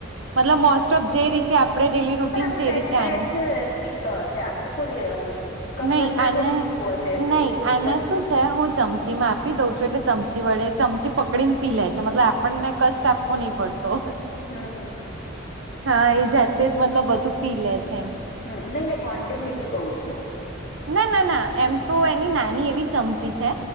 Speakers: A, on the right (about 75°); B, on the left (about 55°).
A: મતલબ મોસ્ટ ઓફ જે રીતે આપણે ડેલી રૂટીન
B: પણ આમ સહેજ
A: એ રીતે
B: સહેજ
A: આનું.
B: જ હશે આખું થોડી કપ
A: નહી
B: ભરીને
A: આને
B: થોડી પીતું હશે
A: નહી
B: થોડું થોડુંક
A: આને
B: જ.
A: શું હું ચમચી માં આપી દઉં છું એટલે ચમચી વડે ચમચી પકડી ને પી લે છે મતલબ પણને કષ્ટ આપવો નહીં પડતો
B: હમ હમ હમ
A: હા એ જાતે જ મતલબ બધું પી લે છે એમ.
B: હ નહી નહી કોન્ટિન્યુટી કવુ છું.
A: ના ના ના એમ તો એની નાની એવી ચમચી છે